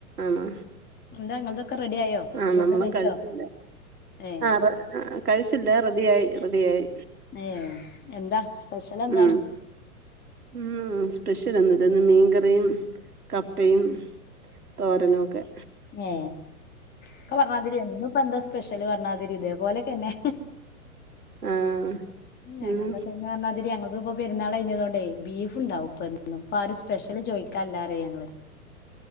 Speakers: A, on the right; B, on the left.
A: ആണോ
B: എന്താ നിങ്ങതൊക്കെ റെഡി ആയോ
A: ആഹ്
B: ഫുഡ്
A: നമ്മളും
B: കഴിച്ചോ
A: കഴിച്ചില്ല
B: ഏ
A: ആഹ് കഴിച്ചില്ല റെഡിയായി റെഡി ആയി.
B: ഏ എന്താ സ്പെഷ്യലെന്താണ്?
A: ഉം ഉം സ്പെഷ്യലൊന്നൂല്ലാ ഇന്ന് മീൻകറിയും കപ്പയും തോരനോക്കെ
B: ഏ ഇക്ക പറണാതിരി എന്നും ഇപ്പ എന്താ സ്പെഷ്യല് പറണാതിരി ഇതേപോലെക്കന്നെ
A: ആഹ്
B: ഉം ഞങ്ങളുടെ
A: ഉം
B: പറഞ്ഞാതിരി ഞങ്ങക്ക് ഇപ്പ പെരുന്നാൾ കഴിഞ്ഞതോണ്ടെ ബീഫുണ്ടാവും ഇപ്പെന്നും ഇപ്പ ആരും സ്പെഷ്യല് ചോദിക്കാനില്ലാറ് ഞങ്ങള്